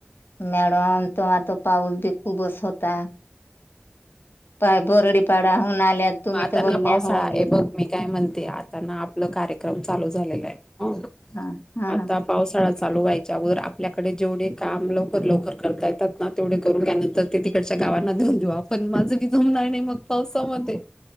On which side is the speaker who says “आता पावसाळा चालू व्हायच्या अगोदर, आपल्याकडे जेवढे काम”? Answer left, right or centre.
Left